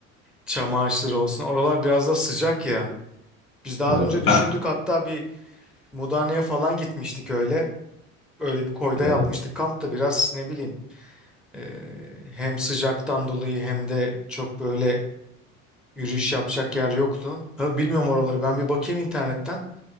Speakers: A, in the centre; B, on the left (about 80°).
A: Çam ağaçları olsun. Oralar biraz da sıcak ya. Biz daha
B: Hı,
A: önce düşündük
B: Ben,
A: hatta bir Mudanya'ya falan gitmiştik öyle. Öyle bir koyda
B: e,
A: yapmıştık. Kamp da biraz ne bileyim e, hem sıcaktan dolayı hem de çok böyle yürüyüş yapacak yer yoktu. Tabii bilmiyorum oraları. Ben bir bakayım internetten.